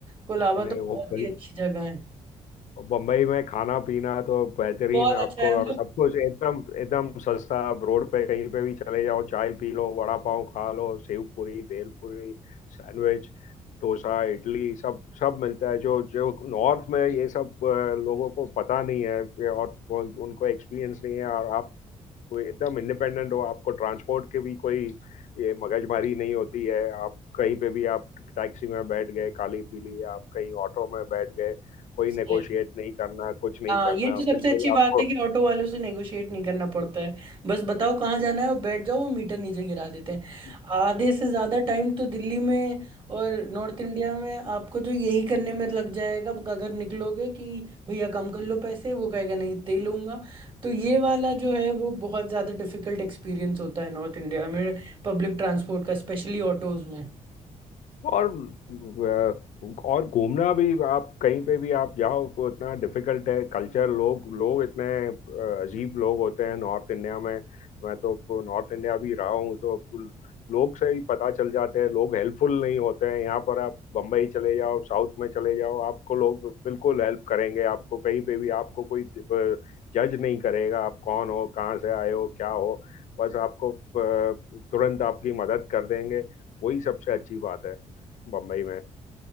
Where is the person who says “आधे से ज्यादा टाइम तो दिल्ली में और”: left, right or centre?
Right